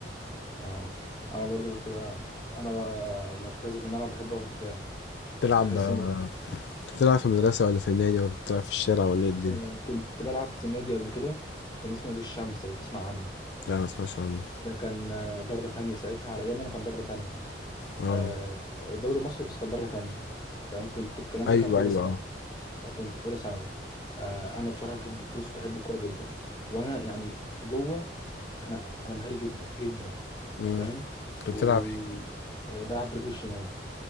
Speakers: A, on the left (about 25°); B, on the left (about 75°).
A: اه انا برضو كنت بقى انا بقى مركزي في الملعب بحب اقف دفاع
B: تلعب
A: بحس
B: آه،
A: ان
B: كنت بتلعب في المدرسة ولا في النادي ولا كنت بتلعب في الشارع ولا ايه الدنيا
A: آه، كنت بلعب في النادي قبل كده كان اسمه نادي الشمس لو تسمع عنه
B: لا ما اسمعش عنه
A: ده كان آه، درجة تانية ساعتها على ايام انا كان درجة تانية يعني
B: اه
A: آه، الدوري المصري بس كان درجة تانية فاهم كنت الكلام
B: ايوه
A: ده كان في أولى
B: ايوه
A: ثانوي
B: اه
A: أو كنت في أولى ثانوي آه، أنا بصراحة بحب بص بحب الكورة جدا وأنا يعني جوه أنا أنا مهاري جدا جدا
B: مم.
A: فاهم
B: كنت
A: وبلعب
B: بتلعب ايه؟
A: برجلي الشمال